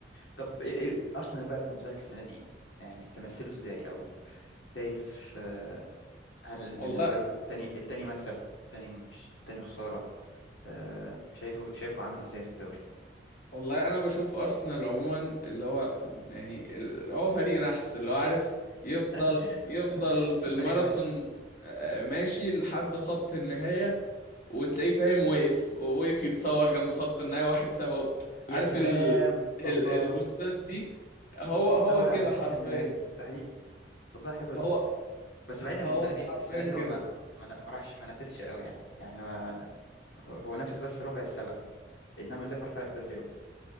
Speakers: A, on the left; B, on the left.
A: طب إيه إيه ارسنال بقى بالنسبه لك السنه دي إيه؟ يعني تمثله ازاي او شايف آه، هل بالنسبه
B: والله
A: له التاني التاني مكسب التاني مش التاني خساره آه، شايفه شايفه عامل ازاي في الدوري
B: والله انا بشوف ارسنال عموما اللي هو يعني اللي هو فريق نحس اللي هو عارف يفضل
A: <laughs>
B: يفضل في الماراثون
A: فريق نحس
B: آه، ماشي لحد خط النهاية وتلاقيه فاهم وقف وقف يتصور جنب خط النهاية واحد سبعة عارف
A: يا سلام
B: ال... ال...
A: الله
B: البوستات دي هو
A: يجي يتصور
B: هو كده
A: عند خط
B: حرفيا
A: النهايه ده حقيقي والله حلوه
B: هو
A: دي بس بعيدا ان
B: هو
A: السنه دي
B: حرفيا
A: السنه دي
B: كده
A: هو ما ما ن- ما راحش ما نافسش قوي يعني يعني هو هو نافس بس ربع السبق انما الليفر فرق بدري قوي